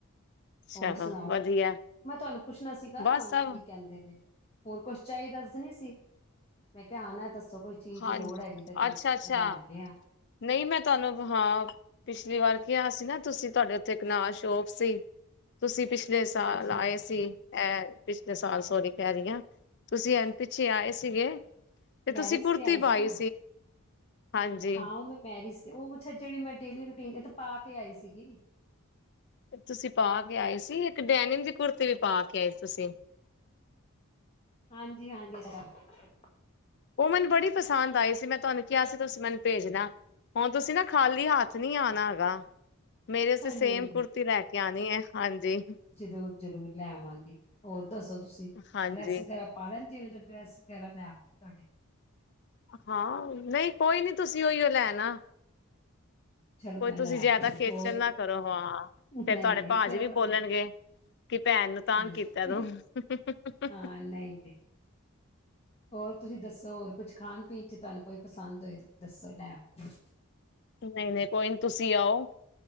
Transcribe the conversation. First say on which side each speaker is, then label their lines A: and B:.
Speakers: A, on the left; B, on the left.
A: ਹੋਰ
B: ਚਲੋ
A: ਸੁਣਾਓ।
B: ਵਧੀਆ
A: ਮੈਂ ਤੁਹਾਨੂੰ ਪੁੱਛਣਾ ਸੀਗਾ
B: ਬਸ ਸਭ
A: ਕੀ ਕਹਿੰਦੇ ਨੇ, ਹੋਰ ਕੁਛ ਚਾ ਈ ਦਾ ਸਣੀ ਸੀਮੈਂ ਕੈਯਾ ਆਨਾ ਦੱਸੋ ਕੋਈ ਚੀਜ਼
B: ਹਾਂਜੀ
A: ਦੀ ਲੋੜ ਹੈਗੀ ਤੇ ਤੁਹਾਨੂੰ,
B: ਅੱਛਾ ਅੱਛਾ,
A: ਤੇ ਲੈ ਆਨੇ ਆ
B: ਨ ਈ ਮੈਂ ਤੁਆਨੂੰ ਹਾਂ। ਪਿਛਲੀ ਵਾਰ ਕਿਯਾ ਸੀ ਨਾ ਤੁਸੀਂ, ਤੁ ਆਡੇ ਔਥੇ ਇੱਕ ਨਾਲ ਸ਼ੋਪ ਸੀ। ਤੁਸੀਂ ਪਿਛਲੇ ਸਾਲ
A: ਹਾਂਜੀ
B: ਆਏ ਸੀ। ਇਹ ਪਿਛਲੇ ਸਾਲ ਸੋਹਰੀ, ਕੈਰੀ ਆਂ ਤੁਸੀਂ ਐਨ ਪਿੱਛੇ ਆਏ ਸੀਗੇ। ਤੁਸੀਂ
A: ਮੈਰਿਜ
B: ਕੁੜਤੀ
A: ਤੇ ਆਈ ਸੀ
B: ਪਾਈ
A: ਨਾ।
B: ਹਾਂਜੀ
A: ਹਾਂ, ਔ। ਔ ਮੈ ਮੈਰਿਜ ਤੇ, ਔ ਪੁੱਛਾ ਜੇੜੀ ਮੈਂ ਡੇਲੀ ਰੂਟੀਨ ਏਥ ਪਾ ਕੇ ਆਈ ਸੀਗੀ।
B: ਤੁਸੀਂ ਪਾ ਕੇ ਆਏ ਸੀ। ਇੱਕ ਡੈਨਿਮ ਦੀ ਕੁੜਤੀ ਵੀ ਪਾ ਕੇ ਆਏ ਸੀ ਤੁਸੀਂ,
A: ਹਾਂਜੀ -ਹਾਂਜੀ <unintelligible>
B: ਔ ਮੈਨੂੰ ਬੜੀ ਪਸੰਦ ਆਈ ਸੀ। ਮੈਂ ਤੁਆਨੂੰ ਕਿਯਾ ਸੀ, ਤੁਸੀਂ ਮੈਨੂੰ ਭੇਜਣਾ। ਹੁਣ ਤੁਸੀਂ ਨਾ ਖਾਲੀ ਹੱਥ ਨੀ ਆਨਾ ਹੈਗਾ। ਮੇਰੇ ਸਤੇ ਸੇਮ
A: ਨਹੀਂ
B: ਕੁੁਰਤੀ ਲੈ ਕੇ ਲੇ ਆਨੀ ਹੈ। ਹਾਂਜੀ,
A: ਜਰੂਰ ਜਰੂਰ ਲੈ ਆਵਾਂਗੀ, ਹੋਰ ਦੱਸੋ ਤੁਸੀਂ
B: ਹਾਂਜੀ
A: ਡਰੈਸ ਵਗੈ ਪਾ ਲੈਂਦੇ ਜਿਵੇਂ ਡਰੈੱਸ ਵਗੈਰਾ ਲੈ ਆਵਾ ਤੁ ਆਡੇ।
B: ਹਾਂ, ਔਈਯੋ ਨਹੀਂ ਕੋਈ ਨੀ ਤੁਸੀਂ ਔਈਯੋ ਲੈ ਅਣਾ।
A: ਚਲੋ
B: ਕੋਈ
A: ਮੈਂ ਲੈ
B: ਤੁਸੀਂ ਜਿਆਦਾ
A: ਆਵਾਂਗੀ
B: ਖੇਚਣ
A: ਹੋਰ
B: ਨਾ ਕਰੋ। ਹਾਂ, ਫੇਰ
A: ਨਹੀਂ
B: ਤੁ ਆਡੇ
A: ਨਹੀਂ
B: ਭਾਜੀ
A: ਫਿਰ ਆਪਣੇ
B: ਵੀ ਬੋਲਣਗੇ। ਕਿ ਭੈਣ ਨੂੰ ਤਾਂਗ
A: ਹਾਂਜੀ
B: ਕੀਤਾ ਤੂੰ, ਅ ਹਹ ਹਹ ਹਂ।
A: ਹਾਂ ਨਈ- ਨਈ। ਹੋਰ ਤੁਸੀਂ ਦੱਸੋ, ਹੋਰ ਕੁਝ ਖਾਣ ਪੀਣ ਚ ਤਾਨੂੰ ਕੋਈ ਪਸੰਦ ਹੋਏ ਦੱਸੋ ਲੈ ਆ ਦੀਂ।
B: ਨਈ-ਨਈ ਕੋਈ ਨ ਤੁਸੀਂ ਆਓ,